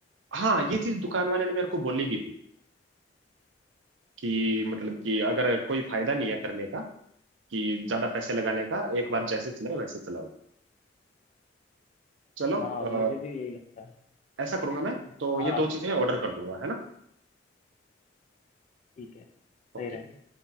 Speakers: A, on the right; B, on the left.
A: हाँ ये चीज दुकान वाले ने मेरे को बोली भी थी कि मतलब कि अगर कोई फायदा नहीं है करने का कि ज्यादा पैसे लगाने का एक बार जैसे चल रहा है वैसे चलाओ चलो
B: हाँ
A: अ,
B: मुझे भी यही लगता है
A: ऐसा करूंगा मैं तो
B: हाँ
A: ये दो चीजें ऑर्डर कर दूंगा है ना
B: ठीक है सही
A: ओके
B: रहेगा